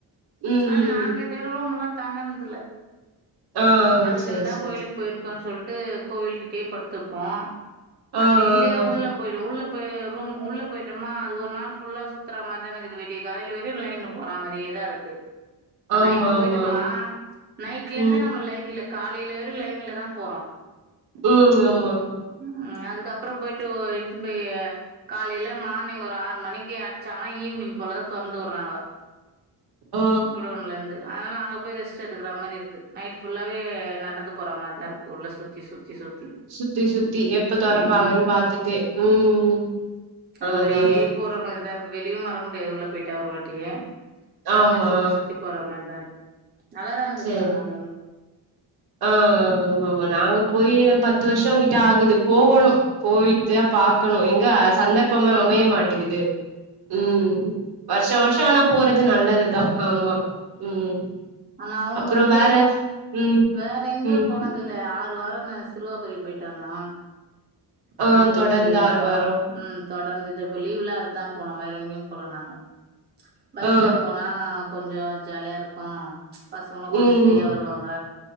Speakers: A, on the right; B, on the right.
A: ம்
B: ஆனா
A: ம்
B: நாங்க
A: ம்
B: இது ரூ முல்லா தங்கன்துல்ல
A: ஆ
B: அதுக்குன்
A: செரி
B: தா
A: செரி
B: கோயிலுக்கு போயிருக்கோன் சொல்ட்டு கோவில் கிட்டயே படுத்ருப்போ
A: ஆ ஆ
B: அப்டி இல்லியா உள்ள போயிடு உள்ளப் ரூம் உள்ள போயிட்டமா அது ஒரு நாள் ஃபுல்லா சுத்துற மாரி தான இக்குது விடியக் காலைல வரையு லைன்ல போறா மாரியே தா இருக்கு இப்ப
A: ஆ ஆமா
B: நைட்டு போயிட்டு
A: ஆமா ஆமா
B: மா நைட் லேந்து
A: ம்
B: நம்ம லைன்ல காலைல வற்யு லைன்ல தா போறோ
A: ம் ஆமா
B: ம் அதுக்கப்றொ போயிட்டு ஓ எடுத்துன் போய் ஆ காலைல மார்னிங் ஒரு ஆறு மணிக்கி அட்ச்சாங்கன்னா ஈவ் னிங் போலதா தொறந்து உர்றாங்க
A: ஆ
B: குடோன்லருந்து அனால அங்க போய் ரெஸ்ட் எடுக்குறா மாரி இருக்குது நைட் ஃபுல்லாவே நடந்து போறா மார் தா இருக்கு உள்ள சுத்தி சுத்தி சுத்தி
A: சுத்தி சுத்தி எப்ப தொரப்பாங்கன்
B: ம் ம்
A: பாத்துட்டு ம் ம்
B: அது
A: ஆ
B: உள்ளயே
A: அதா அதா
B: போற மாரிதா இருக்கு வெளியவு வர முடியாது உள்ள போய்ட்டா ‌ ஒரு வாட்டி அது
A: ஆமா
B: மார் சுத்தி சுத்தி போற மார்தா இ நல்லாதா இருந்துச்சி
A: செரி
B: ஆனால
A: ஆ ஆமா ஆமா நாங்க போயி எ பத் து வர்ஷொங் கிட்ட ஆகுது போகணு போயிட்டு தா பாக்கணு எங்க சந்தர்ப்பமா அமைய மாட்டிகிது ம் வர்ஷா வர்ஷொ ஆனா போறது நல்லது தா ஆமா ம்
B: ஆமா அவுங்க
A: அப்புறோ
B: வந்து
A: வேற ம்
B: வே ற எங்கியும்
A: ம்
B: போனதில்ல ஆறு வாரொ ந சிறுவாபுரி போயிட்டு வந்தோ
A: ஆ
B: அந்த இதுக்கு
A: தொடர்ந்து ஆறு
B: வாரா
A: வாரோ
B: வாரொ ம் தொடர்ந்துட்டு இப்ப லீவ்ல அதுதா போனோ வேற எங்கியும் போல நாங்க பைக்ல
A: ஆ
B: போனா கொஞ்சொ ஜாலியா இருக்கு பசங்களு கொஞ்சொ
A: ஆ ம்
B: ஃப்ரீயா வருவாங்க